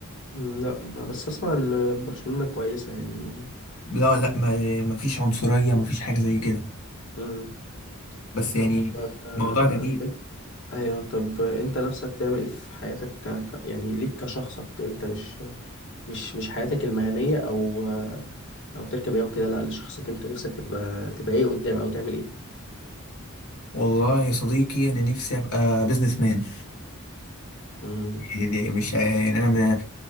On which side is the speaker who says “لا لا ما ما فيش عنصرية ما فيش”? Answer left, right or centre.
Left